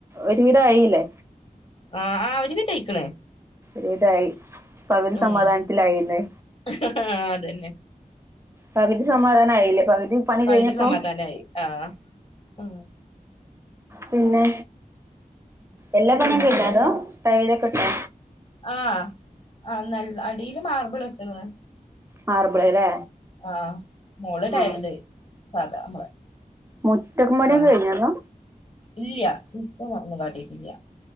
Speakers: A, on the right; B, on the left.
A: ഒരുവിധായില്ലേ
B: ആ ആ ഒരു വിധായിക്ക്ണ്
A: വീടായി പകുതി
B: ഉം
A: സമാധാനത്തിലായില്ലേ
B: ആഹ് അതെന്നെ
A: പകുതി സമാധാനായില്ലേ പകുതി പണി
B: പകുതി
A: കഴിഞ്ഞപ്പോ
B: സമാധാനായി ആഹ് ആഹ്
A: പിന്നെ എല്ലാ പണീം
B: പിന്നെ
A: കയ്ഞ്ഞോ അതോ ടൈലൊക്ക്ട്ടൊ
B: ആ ആ നൽ അടില് മാർബിൾ ഇട്ട്ക്ക്ണ്
A: മാർബ്ള്ലേ
B: ആഹ് മോള് ടൈ
A: ആഹ്
B: ഇത് സാധാ നമ്മളെ
A: മുറ്റം പണിക്കെ
B: ആഹ്
A: കഴിഞ്ഞൊ അതോ
B: ഇല്ല ഇപ്പറം ഒന്നും കാട്ടിട്ടില്ല